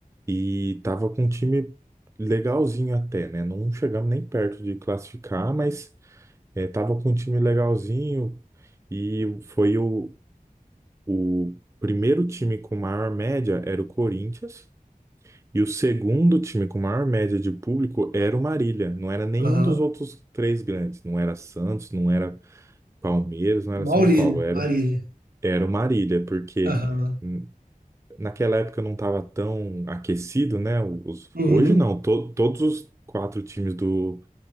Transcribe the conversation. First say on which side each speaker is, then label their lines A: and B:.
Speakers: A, on the right; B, on the right.
A: E tava com um time legalzinho até, né? Não chegamos nem perto de classificar, mas eh, tava com um time legalzinho. E foi o, O primeiro time com maior média era o Corinthians, e o segundo time com maior média de público era o Marília. Não era nenhum
B: Aham.
A: dos outros três grandes. Não era Santos, não era Palmeiras, não era
B: Maurílio,
A: São Paulo. Era,
B: Marília.
A: era o Marília, porque
B: Aham.
A: hum, naquela época não estava tão aquecido, né? Os,
B: Uhum.
A: hoje não. To- todos os quatro times do,